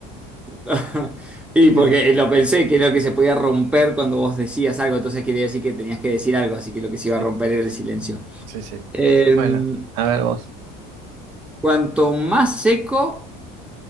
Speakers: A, in the centre; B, on the right.
A: <laughs> Y porque
B: Sí,
A: lo pensé, que era lo que se podía romper cuando vos decías algo, entonces quería decir que tenías que decir algo, así que lo que se iba
B: sí,
A: a romper era el silencio.
B: sí. sí.
A: Eh,
B: Bueno, a ver vos.
A: cuanto más seco,